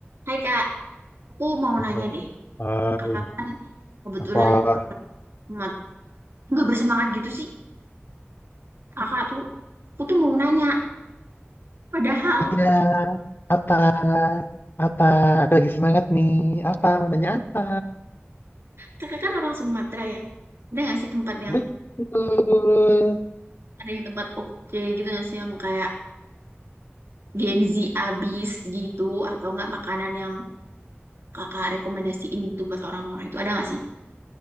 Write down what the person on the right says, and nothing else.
Hai Kak, aku mau nanya
deh.
Kakak kebetulan
amat nggak bersemangat gitu sih. Kakak tuh, aku tuh mau nanya. Padahal
kakak kan orang Sumatera ya. Ada nggak sih tempat yang
ada yang tempat oke gitu nggak sih yang kayak Gen Z abis gitu atau nggak makanan yang kakak rekomendasiin gitu buat orang-orang itu ada nggak sih?